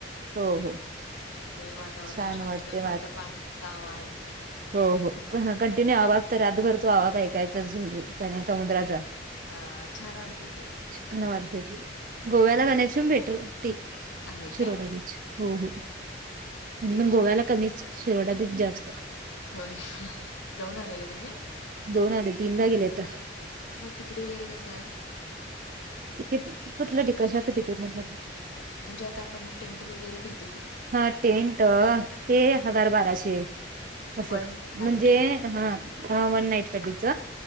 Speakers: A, on the right; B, on the left.
A: हो हो
B: छान वाटते, वातावरण
A: छान
B: शांत,
A: वाटते
B: फक्त पाण्याचा आवाज.
A: हॊ हॊ हा कंटिन्यू आवाज त, रातभर तो आवाज अब त्याचा झू
B: हा
A: समुद्राचा,
B: हा छान वाटते ते
A: सुखान वाटतं ते.
B: हम्म
A: गोव्याला जाण्यापासून बेटर, ती
B: आहे
A: शिरोडा
B: काय
A: बीच, हो
B: हा
A: हो
B: हा
A: आणि मग गोव्याला कमीच, शिरोडा बीच जास्त
B: होय, जाऊन आलाय काय तुम्ही?
A: जाऊन आले, तीनदा गेले आता.
B: होय, मग तिकीट वगैरे कसं आहे?
A: तिकीट, कुठलं टि कशाच तिकीट म्हटलं?
B: म्हणजे आता आपण टेंट वगैरे घेत
A: हां टेंट,
B: हा
A: ते हजार बाराशे.
B: म्हणजे
A: असं,
B: वन नाईट
A: म्हणजे हं, हां वन नाईट साठीच,